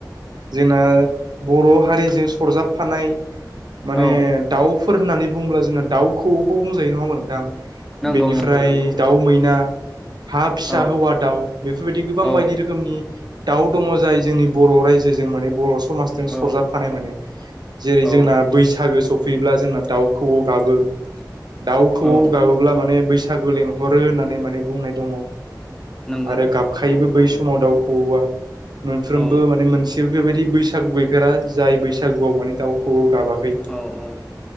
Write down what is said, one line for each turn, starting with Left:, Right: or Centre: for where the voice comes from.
Right: जोंना बर' हारिजों सरजाबफानाय माने
Centre: औ
Right: दाउ फोर होन्नानै बुंब्ला जोंना दाउ खौऔखौ बुंजायो नङा होनबा नोंथां?
Centre: नंगौ
Right: बेनिफ्राय
Centre: नंगौ नंगौ
Right: दाउ मैना हा फिसा
Centre: औ
Right: हौवा दाउ बेफोरबायदि गोबां
Centre: औ
Right: बायदि रोखोमनि दाउ दङ' जाय जोंनि बर' रायजो जे जजों माने बर' समाजजों सरजाबफानाय
Centre: औ
Right: माने जेरै
Centre: औ
Right: जोंना बैसागो सफै फैब्ला जोंना दाउखौवौ गाबो दाउ खौवौ
Centre: औ
Right: गाबोब्ला माने बैसागो लें हरो होननानै माने बुंनाय दङ'
Centre: नंगौ
Right: आरो गाबखायोबो
Centre: औ औ
Right: बै समाव दाउ खौवौआ मोनफ्रोमबो
Centre: औ
Right: माने मोनसेबो बेबायदि बैसागु गैफेरा जाय बैसागुआव माने दाउखौवौ गाबाखै
Centre: औ औ